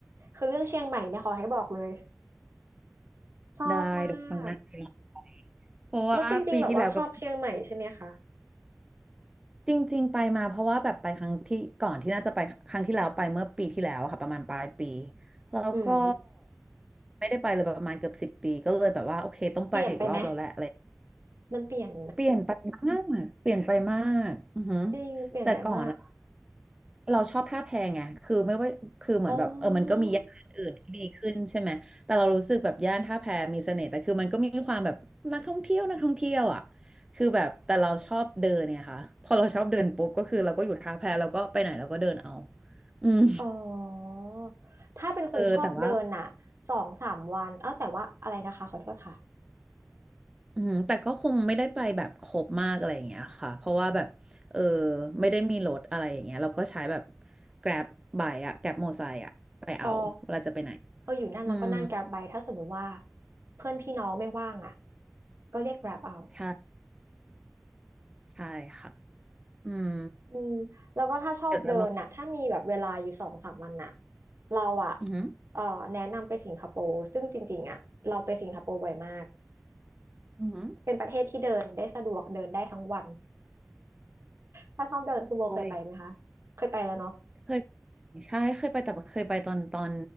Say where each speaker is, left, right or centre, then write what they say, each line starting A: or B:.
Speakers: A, on the right (about 60°); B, on the right (about 15°).
A: คือเรื่องเชียงใหม่เนี่ยขอให้บอกเลยชอบมาก
B: ได้เดี๋ยวครั้งหน้าไปลอง เพราะว่าปีที่แล้วก็
A: แล้วจริงๆแบบว่าชอบเชียงใหม่ใช่ไหมคะ
B: จริงๆไปมาเพราะว่าแบบไปครั้งที่ก่อนที่น่าจะไปครั้งที่แล้วไปเมื่อปีที่แล้วอะค่ะประมาณปลายปีแล้วก็
A: อืม
B: ไม่ได้ไปเลยประมาณเกือบสิบปีก็เลยแบบว่าโอเคต้องไปอีกรอบแล้วแหละอะไร
A: เปลี่ยนไปไหมมันเปลี่ยน
B: เปลี่ยนไปมากเปลี่ยนไปมากอือหือ
A: <laughs> จริงเปลี่ยนไปมาก
B: แต่ก่อนอะ เราชอบท่าแพไงคือไม่ว่าคือเหมือนแบบเออมันก็มีย่านอื่นที่ดีขึ้นใช่ไหมแต่เรารู้สึกแบบย่านท่าแพมีเสน่ห์แต่คือมันก็มีความแบบนักท่องเที่ยวนักท่องเที่ยวอ่ะ
A: อ๋อ
B: คือแบบแต่เราชอบเดินเนี่ยค่ะพอเราชอบเดินปุ๊บก็คือเราก็อยู่ท่าแพเราก็ไปไหนเราก็เดินเอาอืม
A: อ๋อถ้าเป็นคนชอบเดินน่ะสองสามวันเอ้าแต่ว่าอะไรนะคะขอโทษค่ะ
B: เออแต่ว่าอืมแต่ก็คงไม่ได้ไปแบบครบมากอะไรอย่างเงี้ยค่ะเพราะว่าแบบเออไม่ได้มีรถอะไรอย่างเงี้ยเราก็ใช้แบบ Grab ไบค์อะ Grab มอเตอร์ไซค์อะไปเอาเวลาจะไปไหน
A: อ๋อเอออยู่นั่นแล้วก็นั่ง
B: อืม
A: Grab ไปถ้าสมมติว่าเพื่อนพี่น้องไม่ว่างอ่ะก็เรียก Grab เอา
B: ใช่ ใช่ค่ะอืม
A: อืมแล้วก็ถ้าชอบเดินน่ะถ้ามีแบบเวลาอยู่สองสามวันน่ะ
B: เดี๋ยวจะลอง
A: เราอ่ะ
B: อือหือ
A: เออแนะนำไปสิงคโปร์ซึ่งจริงๆอ่ะเราไปสิงคโปร์บ่อยมาก
B: อือหือ
A: เป็นประเทศที่เดินได้สะดวกเดินได้ทั้งวันถ้าชอบเดินคุณโบเคยไปไหมคะเคยไปแล้วเนาะ
B: ไปเคยใช่เคยไปแต่เคยไปตอนตอน